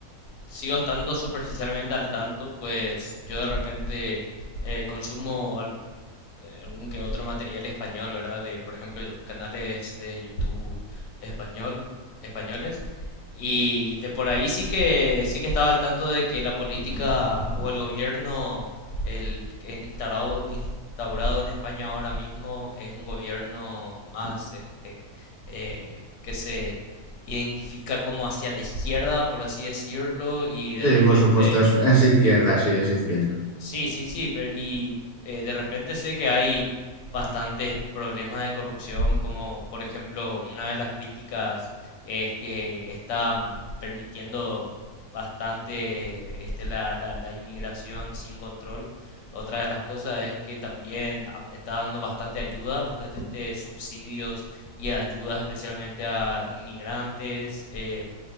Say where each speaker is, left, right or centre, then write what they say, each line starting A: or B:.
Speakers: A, on the left; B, on the left.
A: sigo estando superficialmente al tanto, pues yo de repente eh, consumo al- eh, algún que otro material español, ¿verdad? De, por ejemplo, yo- canales de YouTube español, españoles. Y de por ahí sí que sí que estaba al tanto de que la política o el gobierno el que instaurado instaurado en España ahora mismo es un gobierno más este eh, que se identifica como hacia la izquierda, por así decirlo, y de
B: Sí,
A: repente
B: por supuesto, es, es izquierda, sí, es izquierda.
A: Sí, sí, sí, pero y eh, de repente sé que hay bastantes problemas de corrupción, como por ejemplo una de las críticas es que están permitiendo bastante este, la, la, la inmigración sin control. Otra de las cosas es que también a- está dando bastante ayuda, bastante este, subsidios y ayudas especialmente a inmigrantes em,